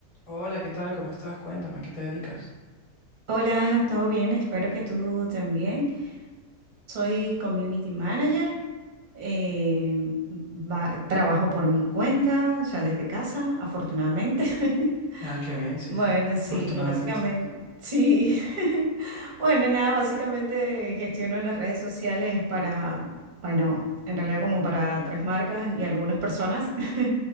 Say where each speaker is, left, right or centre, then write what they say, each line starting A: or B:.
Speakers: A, on the left; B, on the right.
A: Hola, ¿qué tal? ¿Cómo estás? Cuéntame, ¿a ¿qué te dedicas?
B: Hola, todo bien, espero que tú también. Soy community manager, eh, va- trabajo por mi cuenta, o sea, desde casa, afortunadamente. <laughs>
A: Ah, qué bien, sí,
B: Bueno,
A: sí, afortunadamente.
B: sí, básicamente, sí. <laughs> Bueno, nada, básicamente gestiono las redes sociales para, bueno, en realidad como para tres marcas y algunas personas. <laughs>